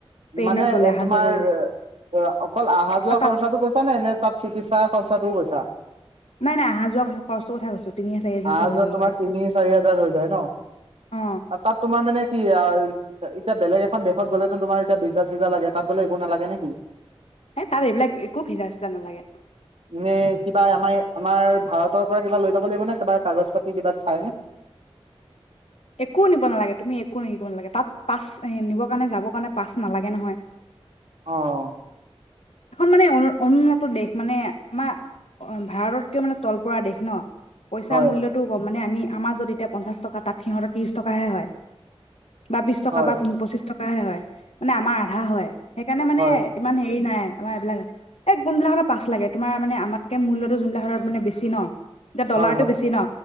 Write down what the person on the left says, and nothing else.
ট্ৰেইনত
গ'লে অহা
যোৱা কৰিলে
আৰু তাত
নাই নাই অহা যোৱা খৰচটোৰ কথা কৈছো তিনি চাৰি হাজাৰতে
হৈ
যাব
পাৰে
অ
এ তাত এইবিলাক একো ভিজা -চিজা নালাগে।
একো নিব নালাগে তুমি একো নিব নালাগে তাত পাছ এ নিবৰ কাৰণে যাবৰ কাৰণে পাছ নালাগে নহয়।
এখন মানে অনুন্নত দেশ মানে আমাৰ ভাৰততকে মানে তল পৰা দেশ ন। পইচাৰ
মূল্যটোও ক'ম মানে আমি আমাৰজত এতিয়া পঞ্চাছ টকা তাত সিহঁতৰ ত্ৰিশ টকাহে হয়। বা বিশ টকা
বা পন পচিশ টকাহে হয়ঁ মানে আমাৰ আধা হয়ঁ সেইকাৰণে মানে-
ইমান হেৰি নাই। আমাৰ এইবিলাক এই কনবিলাকৰ পাঁচ লাগে তমাৰানে আমাতকৈ মূল্যটো যোনিলাকতৰ মানে বেছি ন। এতিয়া ডলাৰটো
বেছি ন।